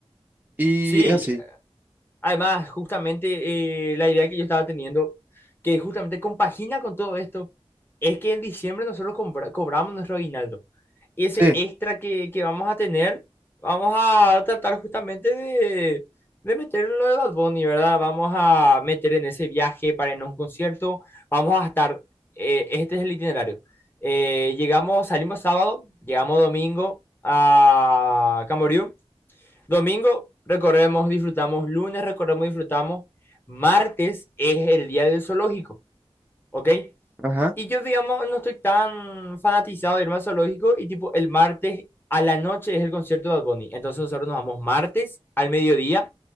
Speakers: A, on the right; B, on the left.
A: y
B: Sí,
A: así.
B: Además, justamente eh, la idea que yo estaba teniendo, que justamente compagina con todo esto, es que en diciembre nosotros compra- cobramos nuestro aguinaldo. Y ese
A: Sí.
B: extra que, que vamos a tener, vamos a tratar justamente de, de meterlo en lo de Bad Bunny, ¿verdad? Vamos a meter en ese viaje para irnos a un concierto. Vamos a estar, eh, este es el itinerario. Eh, llegamos, salimos sábado, llegamos domingo a Camboriú. Domingo recorremos, disfrutamos. Lunes recorremos, disfrutamos. Martes es el día del zoológico, ¿ok?
A: Ajá.
B: Y yo, digamos, no estoy tan fanatizado de irme al zoológico y tipo el martes a la noche es el concierto de Bad Bunny. Entonces nosotros nos vamos martes al mediodía,